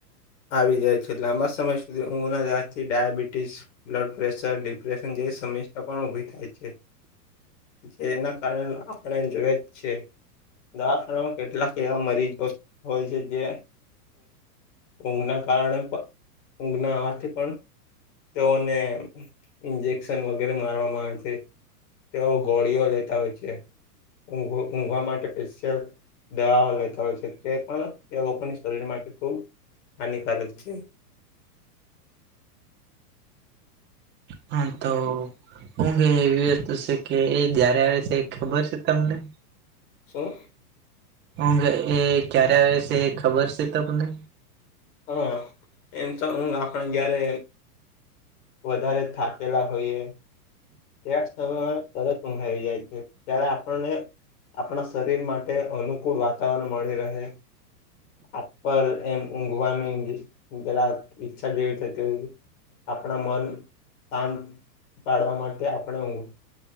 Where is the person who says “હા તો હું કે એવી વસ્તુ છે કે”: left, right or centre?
Right